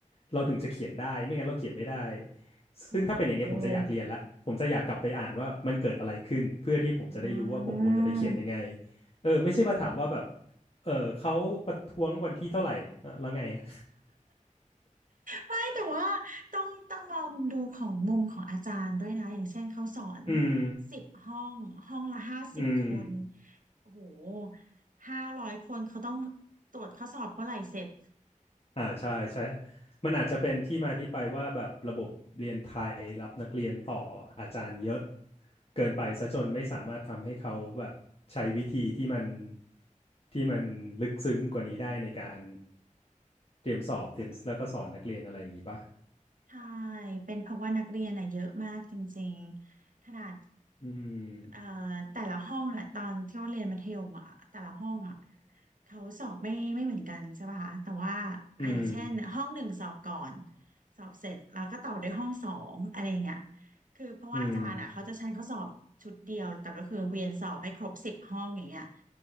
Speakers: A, on the left; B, on the right.
A: เราถึงจะเขียนได้ไม่งั้นเราเขียนไม่ได้
B: โห
A: ซึ่งถ้าเป็นอย่างเงี้ยผมจะอยากเรียนละผมจะอยากกลับไปอ่านว่ามันเกิดอะไรขึ้นเพื่อที่ผมจะได้รู้ว่าผมควรจะไปเขียนยังไง
B: อืม
A: เออไม่ใช่มาถามว่าแบบเออเขาประท้วงวันที่เท่าไหร่เออแล้วไงอะ
B: ไม่แต่ว่าต้องต้องมองดูของมุมของอาจารย์ด้วยนะอย่างเช่นเขาสอน
A: <laughs> อืม
B: สิบห้องห้องละห้าสิบคน
A: อืม
B: โอ้โหห้าร้อยคนเขาต้องตรวจข้อสอบเมื่อไหร่เสร็จ
A: อ่าใช่ใช่มันอาจจะเป็นที่มาที่ไปว่าแบบระบบเรียนไทยรับนักเรียนต่ออาจารย์เยอะเกินไปซะจนไม่สามารถทำให้เขาแบบใช้วิธีที่มันที่มันลึกซึ้งกว่านี้ได้ในการเตรียมสอบเตรียมแล้วก็สอนนักเรียนอะไรอย่างนี้ปะ
B: ใช่เป็นเพราะว่านักเรียนอ่ะเยอะมากจริงๆขนาด
A: อืม
B: เอ่อแต่ละห้องอะตอนที่เราเรียนมัธยมอะแต่ละห้องอะเขาสอบไม่ไม่เหมือนกันใช่ป่ะคะแต่ว่าอ่ะอย่างเช่นห้องหนึ่งสอบก่อน
A: อืม
B: สอบเสร็จแล้วก็ต่อด้วยห้องสองอะไรอย่างเงี้ยคือเพราะว่าอาจารย์อะเขาจะใช้ข้อสอบชุดเดียวแต่ก็คือเวียนสอบให้ครบสิบห้องอย่างเงี้ย
A: อืม